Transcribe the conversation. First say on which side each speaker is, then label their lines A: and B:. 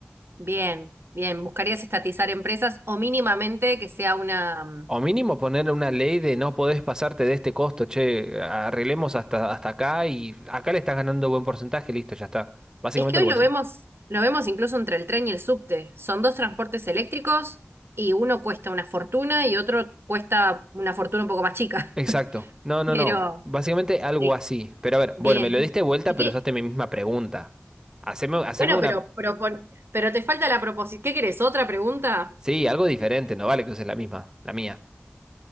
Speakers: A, on the right; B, on the right.
A: bien, bien. ¿Buscarías estatizar empresas o mínimamente que sea una... mm,
B: O mínimo poner una ley de no podés pasarte de este costo, che, arreglemos hasta, hasta acá y acá le estás ganando buen porcentaje, listo, ya está. Básicamente
A: Es que
B: algo
A: hoy lo
B: así.
A: vemos, lo vemos incluso entre el tren y el subte. Son dos transportes eléctricos y uno cuesta una fortuna y otro cuesta una fortuna un poco más chica.
B: Exacto.
A: <laughs>
B: No, no,
A: Pero,
B: no. Básicamente algo
A: sí,
B: así. Pero a ver,
A: bien.
B: bueno, me lo diste vuelta,
A: ¿Y
B: pero usaste mi misma pregunta. Haceme, haceme
A: Bueno,
B: una...
A: pero, propon- pero te falta la proposición. ¿Qué querés? ¿Otra pregunta?
B: Sí, algo diferente, no vale que uses la misma, la mía.